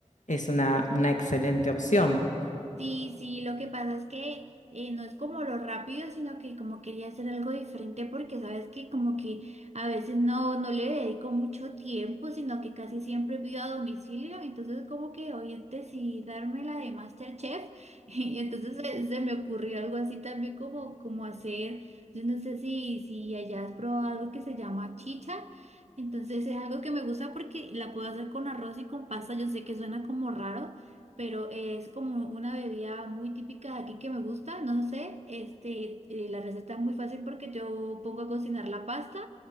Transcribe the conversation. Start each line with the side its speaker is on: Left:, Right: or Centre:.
Left: es una, una excelente opción.
Right: Sí, sí, lo que pasa es que eh, no es como lo rápido, sino que como quería hacer algo diferente porque sabes que como que a veces no, no le dedico mucho tiempo, sino que casi siempre pido a domicilio, entonces como que hoy decidí darme la de MasterChef <laughs> y entonces se, se me ocurrió algo así también como, como hacer, yo no sé si, si allá has probado algo que se llama chicha. Entonces es algo que me gusta porque la puedo hacer con arroz y con pasta. Yo sé que suena como raro, pero es como una bebida muy típica de aquí que me gusta, no sé, este, eh, la receta es muy fácil porque yo pongo a cocinar la pasta